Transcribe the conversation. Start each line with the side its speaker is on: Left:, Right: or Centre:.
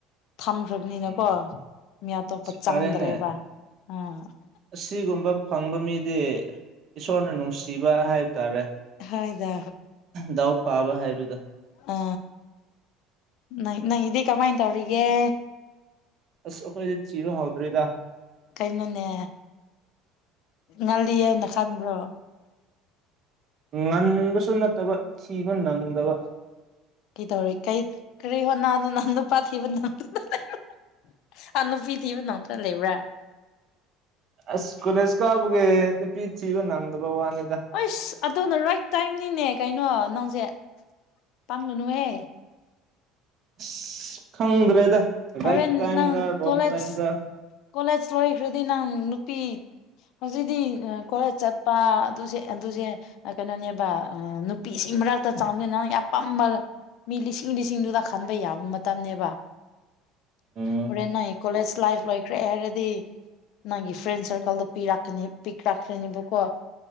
Left: ꯊꯝꯈ꯭ꯔꯕꯅꯤꯅꯀꯣ
Right: ꯎꯝ
Left: ꯃꯤ ꯑꯇꯣꯞꯄ ꯆꯪꯗ꯭ꯔꯦꯕ
Right: ꯐꯔꯦꯅꯦ
Left: ꯎꯥ
Right: ꯑꯁꯤꯒꯨꯝꯕ ꯐꯪꯕ ꯃꯤꯗꯤ ꯏꯁꯣꯔꯅ ꯅꯨꯡꯁꯤꯕ ꯍꯥꯏꯕ ꯇꯥꯔꯦ
Left: ꯍꯣꯏꯗ
Right: ꯗꯥꯎ ꯐꯥꯕ ꯍꯥꯏꯕꯗ
Left: ꯑ ꯅ ꯅꯪꯒꯤꯗꯤ ꯀꯃꯥꯏꯅ ꯇꯧꯔꯤꯒꯦ
Right: ꯑꯁ ꯑꯩꯈꯣꯏꯗꯤ ꯊꯤꯕ ꯍꯧꯗ꯭ꯔꯦꯗ
Left: ꯀꯩꯅꯣꯅꯦ ꯉꯜꯂꯤꯑꯅ ꯈꯟꯕ꯭ꯔꯣ
Right: ꯉꯟꯕꯁꯨ ꯅꯠꯇꯕ ꯊꯤꯕ ꯅꯪꯗꯕ
Left: ꯀꯤ ꯇꯧꯔꯤ ꯀꯩ ꯀꯔꯤ ꯍꯣꯅꯥꯗ ꯅꯪ ꯅꯨꯄꯥ ꯊꯤꯕ ꯉꯝꯗꯩꯅꯣ ꯑ ꯅꯨꯄꯤ ꯊꯤꯕ ꯉꯝꯇ ꯂꯩꯕ꯭ꯔꯥ
Right: ꯑꯁ ꯀꯣꯔꯦꯁ ꯀꯥꯕꯒꯦ ꯅꯨꯄꯤ ꯊꯤꯕ ꯅꯪꯗꯕ ꯋꯅꯦꯗ
Left: ꯑꯁ ꯑꯗꯨꯅ ꯔꯥꯏꯠ ꯇꯥꯏꯝꯅꯤꯅꯦ ꯀꯩꯅꯣ ꯅꯪꯁꯦ ꯄꯪꯒꯅꯨꯍꯦ
Right: ꯏꯁ ꯈꯪꯗ꯭ꯔꯦꯗ ꯔꯥꯏꯠ
Left: ꯍꯣꯔꯦꯟ
Right: ꯇꯥꯏꯝꯔ
Left: ꯅꯪ
Right: ꯔꯣꯡ
Left: ꯀꯣꯂꯦꯖ
Right: ꯇꯥꯏꯝꯔ
Left: ꯀꯣꯂꯦꯖ ꯂꯣꯏꯈ꯭ꯔꯗꯤ ꯅꯪ ꯅꯨꯄꯤ ꯍꯧꯖꯤꯛꯇꯤ ꯀꯣꯂꯦꯖ ꯆꯠꯄ ꯑꯗꯨꯖꯦ ꯑꯗꯨꯖꯦ ꯀꯩꯅꯣꯅꯦꯕ ꯅꯨꯄꯤꯁꯤ ꯃꯔꯛꯇ ꯆꯥꯎꯅꯤꯅ ꯅꯪ ꯑꯄꯥꯝꯕ ꯃꯤ ꯂꯤꯁꯤꯡ ꯂꯤꯁꯤꯡꯗꯨꯗ ꯈꯟꯕ ꯌꯥꯕ ꯃꯇꯝꯅꯤꯕ
Right: ꯎꯝ
Left: ꯑꯣꯔꯦꯟ ꯅ ꯀꯣꯂꯖ ꯂꯥꯏꯐ ꯂ ꯈ꯭ꯔꯦ ꯍꯥꯏꯔꯗꯤ ꯅꯪꯒꯤ ꯐ꯭ꯔꯦꯟ ꯁꯔꯀꯜꯗꯣ ꯄꯤꯔꯛ ꯄꯤꯛꯂꯛꯂꯅꯤꯕꯀꯣ